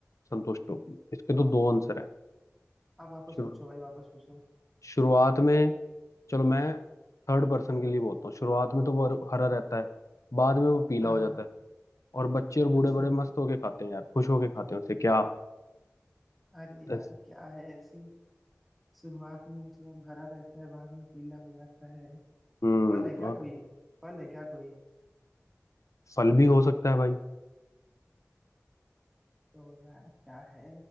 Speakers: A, on the left (about 80°); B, in the centre.
A: संतुष्ट हूँ इसके तो दो आंसर है
B: आप वापस
A: शुरू
B: पूछो भाई वापस पूछो
A: शुरुआत में चलो मैं थर्ड पर्सन के लिए बोलता हूँ शुरुआत में तो वो हर- हरा रहता है बाद में वो पीला
B: हाँ
A: हो
B: हाँ
A: जाता
B: हाँ,
A: है और बच्चे और बूढ़े
B: अच्छा
A: बड़े मस्त होके खाते हैं यार खुश होके खाते हैं उसे क्या
B: अरे यार
A: बस।
B: क्या है ऐसी शुरुआत में मतलब हरा रहता है बाद में पीला हो जाता है
A: हम्म
B: फल है क्या
A: और
B: कोई फल है क्या कोई
A: फल भी हो सकता है भाई
B: तो यार क्या है